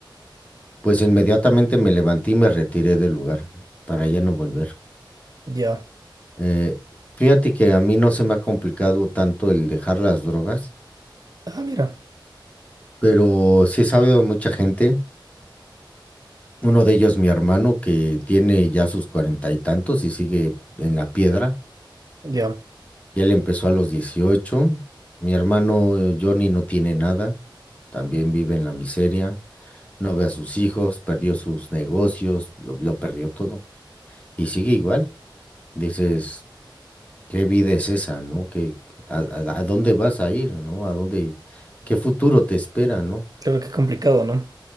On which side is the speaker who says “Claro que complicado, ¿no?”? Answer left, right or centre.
Right